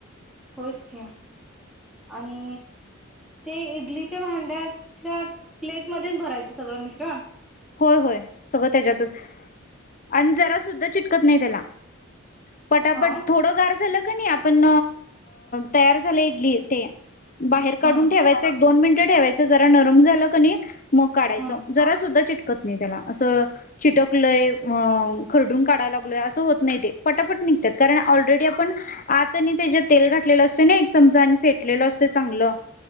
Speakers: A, in the centre; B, on the left (about 40°).
A: होयच की आणि ते इडलीच्या भांड्यातल्या प्लेटमध्येच भरायचं सगळं मिश्रण?
B: होय होय सगळं त्याच्यातच आणि जरा सुुद्धा चिटकत नाही त्याला. पटापट
A: हा
B: थोडं गार झालं आपण तयार झालं इडली ते बाहेर काढून
A: हा
B: ठेवायचं एक दोन मिनट ठेवाचं जरा नरम झालं कनी मग काढाचं,
A: हा
B: जरा सुद्धा चिटकत त नाही त्याला असं चिटकलय खरडून काढालागलोय, असं होत नाही ते पटापट निगतय कारण ऑलरेडी आपण आता नि त्याच्यात तेल घातलेलं असत ना एक चमचा आणि फेटलेला असतं चांगलं